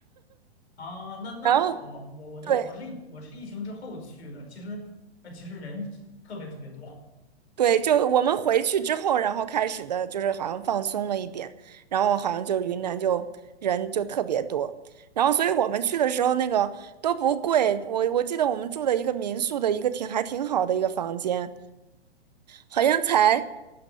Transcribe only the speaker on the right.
然后
对
对，就我们回去之后，然后开始的就是好像放松了一点，然后好像就云南就人就特别多。然后，所以我们去的时候，那个都不贵。我我记得我们住的一个民宿的一个挺还挺好的一个房间，好像才